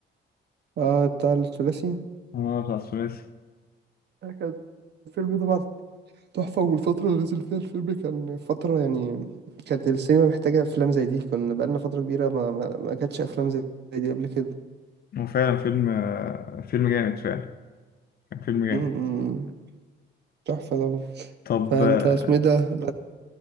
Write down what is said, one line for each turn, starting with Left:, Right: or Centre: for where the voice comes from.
Right: اه بتاع الثلاثي
Left: اه بتاع الثلاثي
Right: ده كان الفيلم طبعا تحفة والفترة اللي نزل فيها الفيلم كان فترة يعني كانت السينما محتاجة أفلام زي دي كنا بقالنا فترة كبيرة ما ما, ما كانتش أفلام زي دي قبل كده
Left: هو فعلا فيلم آه، فيلم جامد فعلا كان فيلم جامد
Right: م- م- تحفة طبعا
Left: طب
Right: فأنت
Left: آه،
Right: اسمه إيه ده